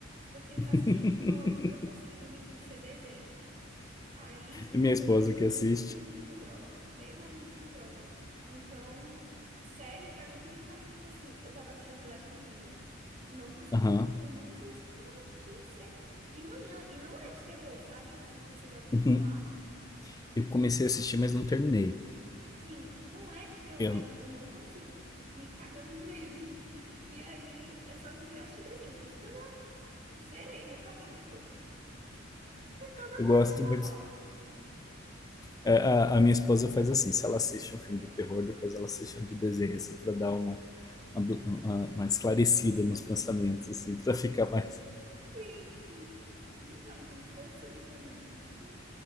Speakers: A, on the right; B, on the left.
A: Eu tenho
B: <laughs>
A: que assistir de noite. Pra eu conseguir dormir, tem que ser desenho. Aí sim
B: Minha
A: fica
B: esposa
A: tudo ok,
B: que
A: porque
B: assiste.
A: eu sou muito medrosa, extremamente medrosa. Então, série pra mim, principalmente, tipo assim, eu tava assistindo Black Mirror. Não conseguia,
B: Aham.
A: du- eu não conseguia assistir de noite, tinha que ser de manhã. E não é de terror, sabe? Não sei se você já ouviu
B: Uhum.
A: falar.
B: Eu comecei a assistir, mas não terminei.
A: Sim, não é de terror,
B: Eu,
A: mas eu não consigo, fico me cagando de medo. <laughs> E aí, eu só consigo assistir desenho, por isso que eu já zerei meu catálogo. <laughs> E toda
B: eu
A: noite
B: gosto
A: eu coloco.
B: muito. é, A, a minha esposa faz assim: se ela assiste um filme de terror, depois ela assiste um de desenho, assim, pra dar uma, uma, blu- uma- uma esclarecida nos pensamentos, assim, pra ficar mais.
A: Sim, sim. Então, tem que ser assim pra mim, por isso que